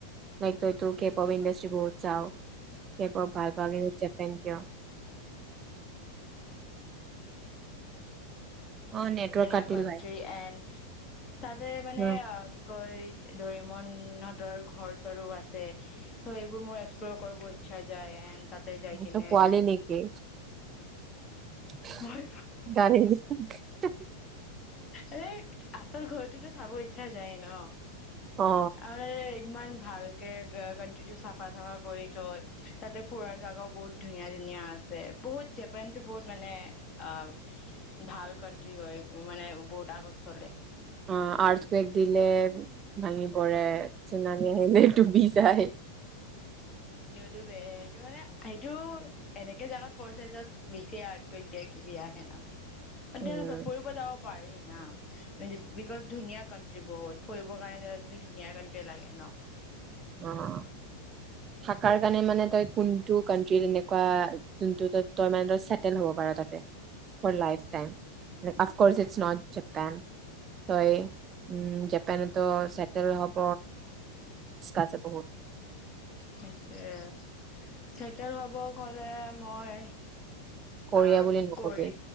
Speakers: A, on the right; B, on the left.
A: লাইক তই টো কেপ <unintelligible> ইণ্ডষ্ট্ৰী বহুত যাৱ <unintelligible> জেপান কিয়? অ নেটৱৰ্ক
B: ধুনীয়া
A: কাটিল
B: কাণ্ট্ৰি
A: ভাই
B: এণ্ড তাতে মানে
A: উম
B: অ', কি ক কৈ, দৰিমনহঁতৰ ঘৰ-চৰ ও আছে। চ' এইবোৰ মোৰ এক্সপ্ল'ৰ কৰিব চা যায় এণ্ড তাতে যাই কিনে
A: ত' পোৱালি নেকি? <unintelligible>
B: মই এই, আচল ঘৰটোতো খাব ইচ্ছা যায় ন!
A: অ
B: আৰু এই ইমান ভালকে, কা-কাণ্ট্ৰিটো চাফা-তাফা কৰি থৈ, তাতে ফুৰাৰ জাগাও বহুত ধুনীয়া, ধুনীয়া আছে। বহুত জেপানটো বহুত মানে অ', ভাল কান কি হয় মানে, বহুত আগত চলে
A: অ', আৰ্ছ বেক দিলে ভাঙি পৰে। তাৰপিছত নামি আহিলে, এইটো <unintelligible> আহে।
B: এ-এ-এইটো মানে সেইটো এনেকে জালত পৰিছে য'ত <unintelligible> কিবা কিবি আহে ন! অ', <unintelligible>
A: উম
B: ফুৰিব যাব পাৰি না! বিকজ ধুনীয়া কাণ্ট্ৰি বহুত, ফুৰিব কাৰণে কিন্তু ধুনীয়া কাণ্ট্ৰি লাগে, ন?
A: অ', থাকাৰ কাৰণে মানে তই কোন টু কাণ্ট্ৰি তেনেকুৱা জোনটো তই, তই মানে চেটেল হ'ব পাৰ তাতে, for life time. <unintelligible> Course is not Japan. তই উ জাপানতো চেটেল হব আছে বহুত।
B: সেইটোৱে চেটেল হব গলে মই
A: কৰিয়া
B: অ'
A: বুলি নকবি।
B: কৰি